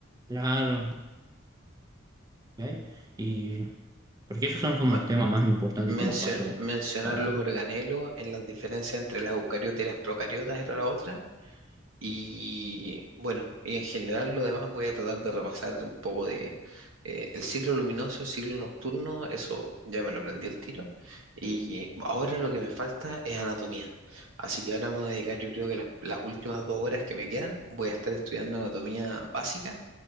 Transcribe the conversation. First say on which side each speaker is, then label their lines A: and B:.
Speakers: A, on the right; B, on the right.
A: claro, ¿ok? Y porque esos son como
B: Ma-
A: los temas más importantes
B: mencio-
A: que nos pasó
B: mencionar
A: para,
B: los organelos en las diferencias entre las eucariotas y las procariotas era la otra. Y bueno, y en general lo demás voy a tratar de repasar un poco de eh, el ciclo luminoso, el ciclo nocturno, eso ya me lo aprendí al tiro. Y ahora lo que me falta es anatomía. Así que ahora me voy a dedicar, yo creo que las, las últimas dos horas que me quedan, voy a estar estudiando anatomía básica,